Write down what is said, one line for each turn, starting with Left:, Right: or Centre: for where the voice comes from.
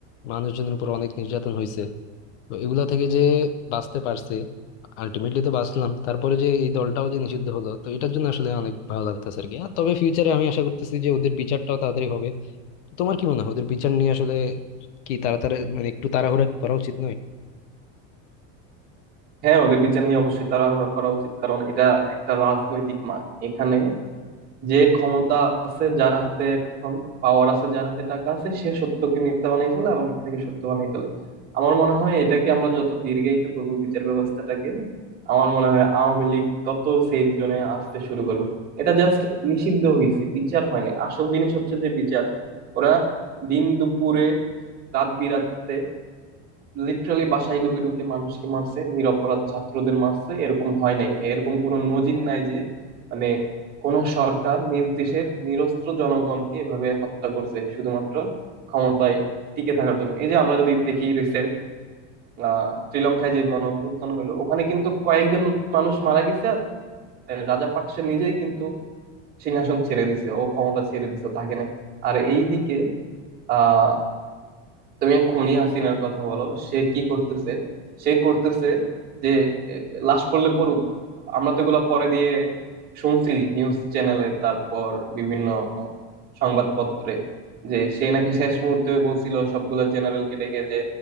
Left: মানুষজনের উপর অনেক নির্যাতন হয়েছে তো এগুলা থেকে যে বাঁচতে পারছি আলটিমেটলি তো বাঁচলাম তারপরে যে এই দলটাও যে নিষিদ্ধ হলো তো এটার জন্য আসলে অনেক ভালো লাগতেছে আর কি আর তবে ফিউচারে আমি আশা করতেছি যে ওদের বিচারটাও তাড়াতাড়ি হবে তোমার কি মনে হয় ওদের বিচার নিয়ে আসলে কি তাড়াতাড়ি মানে একটু তাড়াহুড়া কি করা উচিত নয়
Right: হ্যাঁ ওদের বিচার নিয়ে অবশ্যই তাড়াহুড়া করা উচিত কারণ এটা একটা রাজনৈতিক মাঠ এখানে যে ক্ষমতা আছে যার হাতে এখন পাওয়ার আছে যার হাতে টাকা আছে সে সত্যকে মিথ্যা বানাই ফেলে আবার মিথ্যাকে সত্য বানাই ফেলে আমার মনে হয় এটাকে আমরা যত দীর্ঘায়িত করব বিচার ব্যবস্থাটাকে আমার মনে হয় আওয়ামী লীগ তত সেফ জোনে আসতে শুরু করবে এটা জাস্ট নিষিদ্ধ হয়েছে বিচার হয় না আসল জিনিস হচ্ছে যে বিচার ওরা দিন দুপুরে রাত বিরাতে লিটারালি বাসায় ঢুকে ঢুকে মানুষকে মারছে নিরপরাধ ছাত্রদের মারছে এরকম হয় নাই এরকম কোনো নজির নাই যে মানে কোন সরকার নিজ দেশের নিরস্ত্র জনগণকে এভাবে হত্যা করছে শুধুমাত্র ক্ষমতায় টিকে থাকার জন্য এই যে আমরা যদি দেখি রিসেন্ট আহ শ্রীলঙ্কায় যে গণ অভ্যুত্থান হলো ওখানে কিন্তু কয়েকজন মানুষ মারা গেছে আর আহ, রাজাপাকসে নিজেই কিন্তু সিংহাসন ছেড়ে দিছে ও ক্ষমতা ছেড়ে দিছে তাকে নাই আর এইদিকে আহ তুমি এক খুনি হাসিনার কথা বলো সে কি করতেছে সে করতেছে যে এক, লাশ পড়লে পড়ুক আমরা তো এগুলা পরে দিয়ে শুনছি নিউজ চ্যানেলে তারপর বিভিন্ন সংবাদপত্রে যে সে নাকি শেষ মুহূর্তে বলছিল সবগুলা জেনারেলকে ডেকে যে